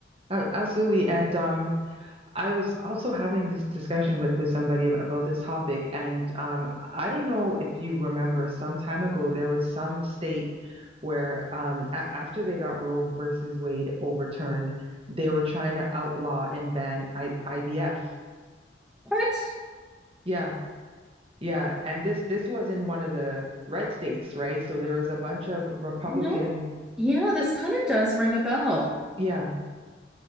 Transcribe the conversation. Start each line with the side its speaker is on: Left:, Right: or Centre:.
Right: A- Absolutely. And um I was also having this discussion with, with somebody ab- about this topic, and um, I don't know if you remember some time ago, there was some state where um, a after they got Roe versus Wade overturned, they were trying to outlaw and ban I IVF.
Centre: But,
Right: Yeah, yeah, and this this was in one of the red states, right? So there was a bunch of Republican.
Centre: you know, yeah, this kind of does ring a bell.
Right: Yeah.